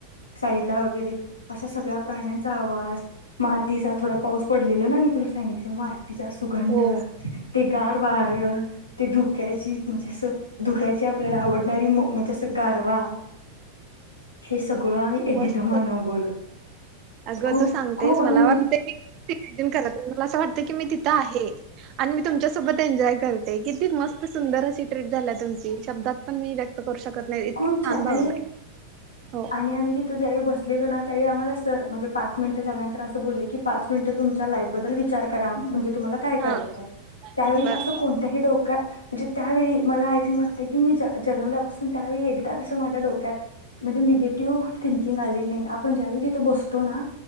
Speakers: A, on the left; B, on the right.
A: साईड ला वगैरे असं सगळ्या प्राण्यांचा आवाज मातीचा थोडा पाऊस पडलेला ना मी तुला सांगितलं मात -- मातिचा सुगंध
B: हो
A: -- ते गार वार ते धुक्याची म्हणजे अस धुक्याच्या -- आपल्याला आवडणारी म्हणजे असं -- गारवा हे सगळं आम्ही एकदम
B: मस्त
A: अनुभवलं.
B: अगं
A: खूप
B: तू सांगतेस
A: खूप
B: मला
A: आम्ही
B: वाटतय की मला अस वाटतं की मी ति -- इथ आहे आणि मी तुमच्या सोबत एन्जॉय करते किती मस्त सुंदर अशी ट्रिप झाल्या तुमची शब्दात पण मी व्यक्त करू शकत नाही इतकी
A: खूप
B: शान
A: छान
B: भावना
A: आणि
B: आहे.
A: आणि आम्ही तिथं ज्यावेळी बसलेलो ना त्यावेळी आम्हाला सर म्हणजे पाच मिनिट झाल्यानंतर असं बले की पाच मिनिट तुमच्या लाईफ बद्दल विचार करा म्हणजे तुम्हाला काय
B: हा
A: करायचंय त्यावेळी
B: बर
A: अस कोणत्याही क म्हणजे त्यावेळी मला आय थिंक वाटतय. की मी जा -- जलमल्यापासून त्यावेळी एकदा असं माझ्या डो त्यात म्हणजे निगेटिव्ह थिंकिंग आलेली नाही. आपण ज्यावेळी तिथ बसतो ना